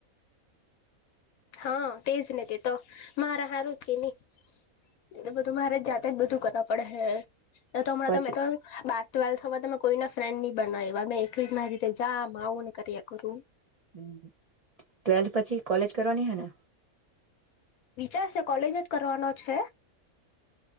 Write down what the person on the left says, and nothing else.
<unintelligible> હા તે જ ને, તે તો મારાા હારુંત કે નહી.? એટલે બધું, મારે જાતે જ બધું કરવા પડે હે. એ તો હમણાં
તમે તો બાર ટવેલ્થ તમે કોઈ ના ફ્રેન્ડ ની બનાવ્યા. મે એકલી જ મારી રીતે જામ આવું ને કર્યા કરું.
વિચાર શે કોલેજ જ કરવાનો છે.